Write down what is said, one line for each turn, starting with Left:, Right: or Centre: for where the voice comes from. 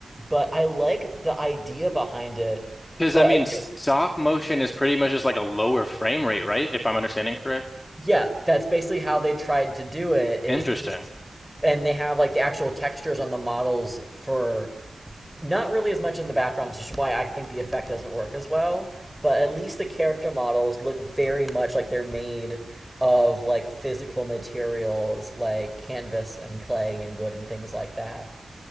Centre: But I like the idea behind it.
Left: Because
Centre: But
Left: I mean,
Centre: I
Left: stop
Centre: guess,
Left: motion is pretty much just like a lower frame rate, right? If I'm understanding correct.
Centre: yeah, that's basically how they tried to do it is
Left: Interesting.
Centre: just and they have like the actual textures on the models for not really as much in the background, which is why I think the effect doesn't work as well. But at least the character models look very much like they're made of like physical materials like canvas and clay and wood and things like that.